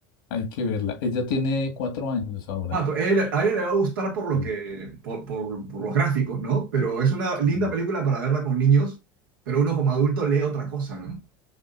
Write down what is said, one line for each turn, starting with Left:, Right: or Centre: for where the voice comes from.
Left: Hay que verla. Ella tiene cuatro años ahora.
Right: cuatro a ella a ella le va a gustar por lo
Left: Sí,
Right: que, por, por- por los gráficos, ¿no? Pero es una linda
Left: sí.
Right: película para verla con niños, pero uno como adulto lee otra cosa, ¿no?